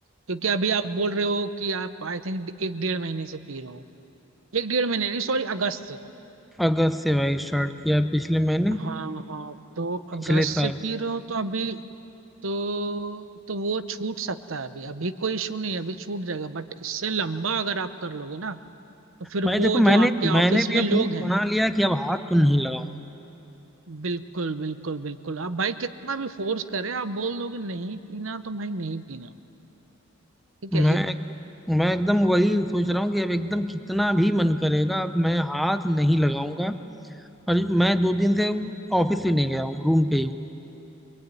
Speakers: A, on the right; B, in the centre.
A: क्योंकि अभी आप बोल रहे हो कि आप आई थिंक एक डेढ़ महीने से पी रहे हो एक डेढ़ महीने नहीं सॉरी अगस्त से
B: अगस्त से भाई स्टार्ट किया पिछले महीने
A: हाँ हाँ तो
B: पिछले
A: अगस्त
B: साल
A: से पी रहे हो तो अभी तो तो वो छूट सकता है अभी अभी कोई इशू नहीं है, अभी छूट जाएगा बट इससे लंबा अगर आप कर लोगे ना तो फिर
B: भाई देखो
A: वो जो
B: मैंने
A: आपके ऑफिस
B: मैंने भी
A: में
B: अब
A: लोग
B: मूड
A: हैं
B: बना लिया कि अब हाथ तो नहीं लगाऊंगा
A: बिल्कुल बिल्कुल बिल्कुल आप भाई कितना भी फोर्स करें आप बोल दोगे नहीं पीना तो भाई नहीं पीना ठीक
B: मैं
A: है एक
B: एक- मैं एकदम वही सोच रहा हूँ कि अब एकदम कितना भी मन करेगा अब मैं हाथ नहीं लगाऊंगा और मैं दो दिन से ऑफिस भी नहीं गया हूँ रूम पे ही हूँ